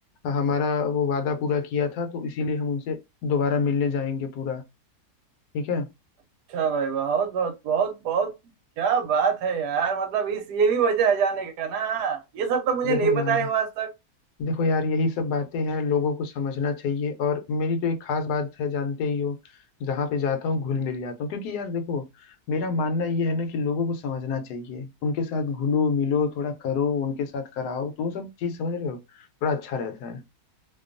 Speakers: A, on the left (about 75°); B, on the right (about 75°).
A: हमारा वो वादा पूरा किया था तो इसीलिए हम उनसे दोबारा मिलने जाएंगे पूरा ठीक है
B: अच्छा भाई बहुत बहुत बहुत बहुत क्या बात है यार मतलब इस ये भी वजह है जाने का ना ये सब तो मुझे
A: देखो
B: नहीं
A: यार
B: पता है आज तक
A: देखो यार यही सब बातें हैं लोगों को समझना चाहिए और मेरी तो एक खास बात है जानते ही हो जहाँ पे जाता हूँ घुल मिल जाता हूँ क्योंकि यार देखो मेरा मानना ये है ना कि लोगों को समझना चाहिए उनके साथ घुलो मिलो थोड़ा करो उनके साथ कराओ तो वो सब चीज समझ रहे हो थोड़ा अच्छा रहता है